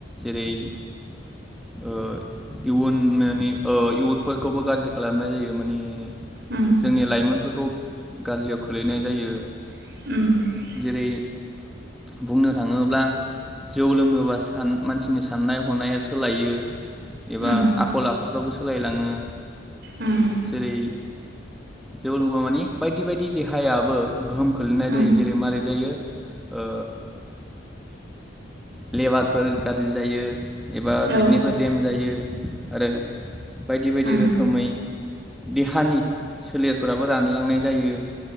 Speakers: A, in the centre; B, on the right (about 60°).
A: जेरै ओ इयुननि इयुदफोरखौबो गाज्रि खालामनाय जायो माने
B: उम
A: जोंनि लाइमोन। फोरखौ गाज्रियाव खोलैनाय जायो।
B: <unintelligible>
A: जेरै बुंनो थाङोब्ला जौ लोङोबा सान मानसिनि साननाय हनाया सोलायो। एबा
B: उम
A: आखल-आख फुराबो सोलायलाङो।
B: उम
A: जेरै जौ लोंबा माने बायदि बायदि देहायाबो गोहोम खोलैनाय
B: उम
A: जायो जेरै मारै जायो ओ लेबारफोर गाज्रि जायो। एबा
B: औ
A: किडनिफोर देम जायो। आरो बायदि बायदि
B: उम
A: रोखोमै। देहानि। सोलेरफोराबो रानलांनाय जायो।